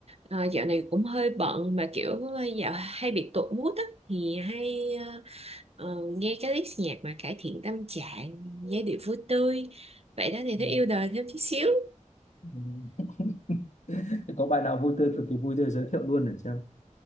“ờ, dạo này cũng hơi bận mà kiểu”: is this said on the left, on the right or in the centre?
Right